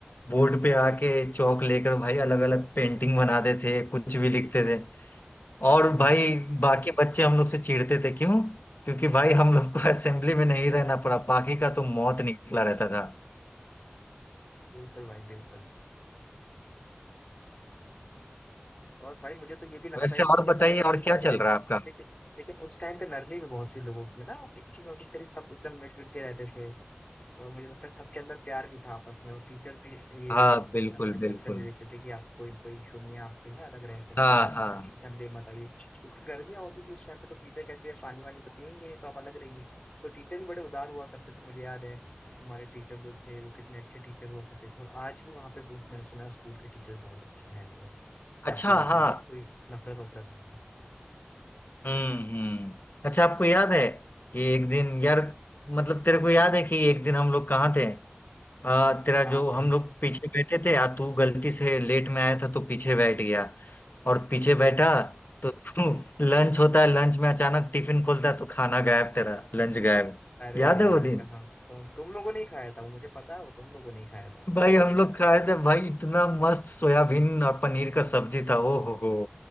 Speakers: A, on the left (about 50°); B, on the left (about 30°).
A: बोर्ड पे आके चौक लेकर भाई
B: हम्म
A: अलग अलग पेंटिंग बनाते थे कुछ भी लिखते थे और
B: हम्म हम्म,
A: भाई बाकी बच्चे हम लोग से चिढ़ते थे क्यों क्योंकि भाई हम लोग को <laughs> असेंबली में नहीं रहना पड़ा बाकी का तो मौत निकला रहता था
B: बिल्कुल भाई बिल्कुल और भाई मुझे तो ये भी लगता
A: वैसे
B: है कि
A: और बताइए
B: बहुत सारे
A: और क्या
B: लेकिन
A: चल रहा है आपका
B: लेकिन लेकिन उस टाइम पे नरमी भी बहुत सी लोगों में ना अच्छी में उसी तरह सब एकदम मिलजुल के रहते थे और मुझे लगता है सबके अंदर प्यार भी था आपस में और टीचर भी ये
A: हाँ
B: दे-
A: बिल्कुल
B: आपको एक्सेप्शन
A: बिल्कुल
B: दे देते थे कि आपको कोई कोई इशू नहीं है आपके यहाँ अलग रह सकते
A: हाँ
B: हैं आप
A: हाँ
B: मतलब ठंडे मत आइए क्योंकि गर्मियाँ होती थी उस टाइम पे तो टीचर कहते हैं पानी वानी तो पियेंगे नहीं तो आप अलग रहिए तो टीचर भी बड़े उदार हुआ करते थे मुझे याद है हमारे टीचर जो थे वो कितने अच्छे टीचर हुआ करते थे और आज भी वहाँ पे मैंने सुना है स्कूल के टीचर बहुत अच्छे हैं और काफी
A: अच्छा
B: मतलब
A: हाँ
B: वो कोई नफरत वफरत नहीं है
A: हम्म हम्म अच्छा आपको याद है कि एक दिन यार मतलब तेरे को याद है कि एक दिन हम लोग कहाँ थे आ, तेरा
B: आप
A: जो हम
B: है
A: लोग पीछे बैठे थे आ तू गलती से लेट में आया था तो पीछे बैठ गया और पीछे
B: हम्म
A: बैठा
B: हम्म।
A: तो <laughs> तू लंच होता है लंच में अचानक टिफिन खोलता है तो खाना गायब तेरा लंच गायब
B: अरे
A: याद है
B: यार
A: वो दिन
B: कसम से, तुम तुम लोगों ने ही खाया था वो मुझे पता है वो तुम लोगों ने ही खाया था
A: भाई हम लोग खाए थे भाई इतना मस्त सोयाबीन और पनीर का सब्जी था ओ हो हो